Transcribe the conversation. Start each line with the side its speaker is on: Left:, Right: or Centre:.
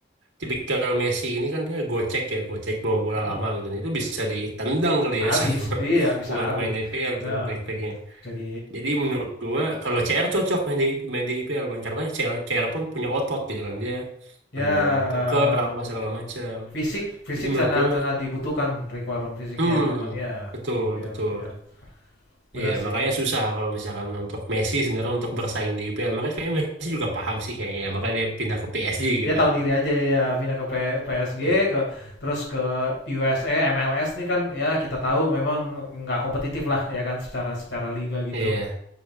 Right: Tipikal Messi ini kan dia gocek ya, gocek bawa bola
Left: mhm,
Right: lama gitu. Nah, Itu bisa ditendang kali ya
Left: habis,
Right: sama
Left: iya
Right: <laughs>
Left: bisa
Right: pemain-pemain
Left: habis,
Right: IPL
Left: heeh,
Right: tuh back-backnya.
Left: jadi
Right: Jadi menurut gua kalau CR cocok main di main di IPL, Bang. karena CR, CR pun punya otot gitu kan dia badannya
Left: ya
Right: keker
Left: wow.
Right: apa segala macam.
Left: fisik fisik
Right: Jadi menurut
Left: sangat
Right: gua,
Left: sangat dibutuhkan requirement fisik
Right: hmm,
Left: ya memang ya
Right: betul
Left: di P
Right: betul.
Left: L ya, benar
Right: Iya
Left: sih.
Right: makanya susah kalau misalkan untuk Messi sebenarnya untuk bersaing di IPL. Makanya kayaknya Messi juga paham sih kayaknya. Makanya dia pindah ke PSG gitu
Left: Dia tahu
Right: kan.
Left: diri aja ya pindah ke P PSG
Right: Iya.
Left: ke terus ke U S A M L S nih kan ya kita tahu memang nggak kompetitif lah ya kan secara secara liga gitu,
Right: Iya.